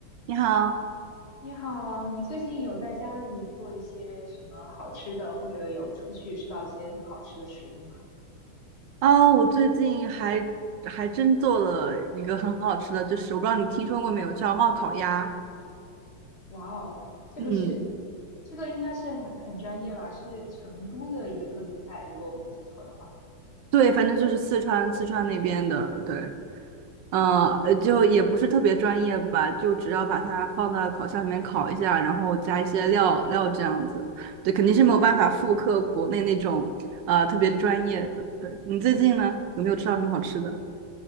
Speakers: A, on the right; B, on the left.
A: 你好，
B: 你好，你最近有在家里做一些什么好吃的，或者有出去吃到一些很好吃的食物吗？
A: 啊、我最近还还真做了一个很好吃的，就是我不知道你听说过没有，叫冒烤鸭。
B: 哇哦，这个是，
A: 嗯，
B: 这个应该是很很专业吧，是成都的一个特色菜，如果我没记错的话。
A: 对，反正就是四川四川那边的，对，呃，呃就也不是特别专业吧，就只要把它放到烤箱里面烤一下，然后加一些料料这样子，对，肯定是没有办法复刻国内那种呃特别专业的。对，你最近呢，有没有吃到什么好吃的？